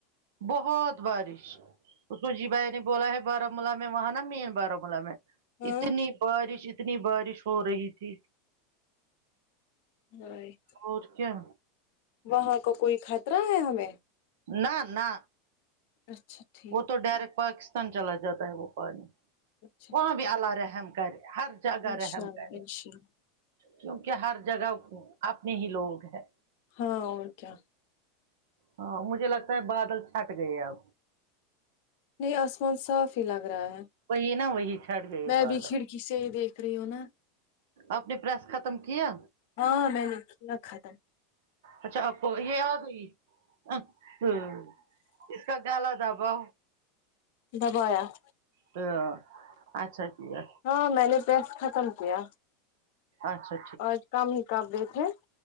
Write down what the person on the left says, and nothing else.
ہاں
بایت
وہاں کا کوئی خطرہ ہے ہمیں
اچھا ٹھیک
اچھا
ٹھیک
انشاء
اللہ
انشاء اللہ
ہاں اور کیا
یہ آسمان صاف ہی لگ رہا ہے
میں
بھی کھڑکی سے ہی دیکھ رہی ہوں نا
ہاں میں نے کیا کھاتم
دبایا
ہاں میں نے پریس ختم کیا
آج کام ہی کام دیکھے